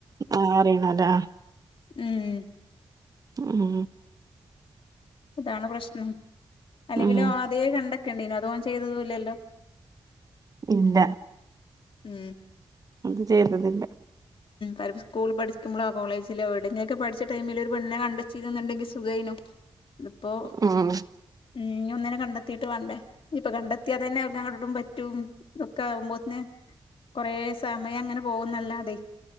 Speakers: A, on the right; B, on the left.
A: ആഅറിയാണൊരാ
B: ഉം
A: ഉം
B: അതാണ് പ്രശ്നം അലിവില
A: ഉം
B: ആദ്യെ കണ്ട ണ്ടന അതോെ ചെയ്തതല്ലല്ലോ
A: ഇല്ല
B: ഉം
A: അതു ചെയ്രുന്നില്ല
B: അലപ്പോൾ സ്കൂൾ പഠിക്കുമ്പോ കോളേജിലോ എവിടുന്നൊക്കെ പഠിച്ച ടൈമിൽ ഒരു പെണ്ണെ കണ്ടച്ചിരുന്നുണ്ടെിൽ സുഖൈനോ ഇപ്പോൊ
A: ഉം
B: ഉം ഒന്നനെ കണ്ടെത്തിയിട്ട് വേണ്ടേ ഇപ്പൊ കണ്ടെത്തിയാതെ തന്നെ അവങ്ങ ഇടും പറ്റും ഇക്കെ ആവുമ്പോന് കൊറെ സമയം അങ്ങനെ പോകുന്നല്ലാതെ